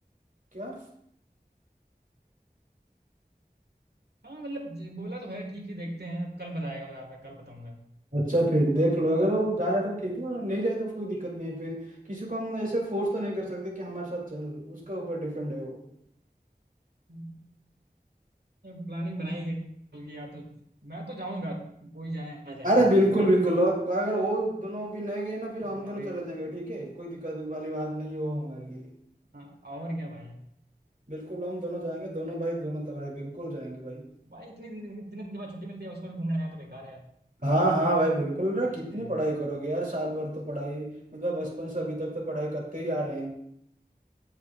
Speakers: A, on the right; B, on the right.
A: क्या
B: हाँ मतलब ज- बोला तो है ठीक है देखते हैं अब कल बताएगा बता रहा था कल बताऊंगा
A: अच्छा फिर देख लो अगर वो जा रहा है तो ठीक है और नहीं जाए तो कोई दिक्कत नहीं है फिर किसी को हम ऐसे फोर्स तो नहीं कर सकते कि हमारे साथ चल उसके ऊपर डिपेंड है वो
B: नहीं प्लानिंग बनाई है कल की यार तो मैं तो जाऊंगा कोई जाए ना जाए
A: अरे बिल्कुल बिल्कुल
B: <laughs>
A: और तो अगर वो दोनों भी नहीं गए ना फिर
B: हाँ
A: हम दोनों
B: भाई
A: चले जाएंगे ठीक है कोई दिक्कत वाली बात नहीं है वो हमारे लिए
B: हाँ और क्या भाई
A: बिल्कुल हम दोनों जाएंगे दोनों भाई दोनों तो भाई बिल्कुल जाएंगे भाई
B: भाई इतनी दिन दिन- दिन- दिन के बाद छुट्टी मिलती है उसमें भी घूमने जाए तो बेकार है यार
A: हाँ हाँ भाई बिल्कुल ना
B: वही
A: कितने
B: चीज है
A: पढ़ाई करोगे यार साल भर तो पढ़ाई मतलब बचपन से अभी तक तो पढ़ाई करते ही आ रहे हैं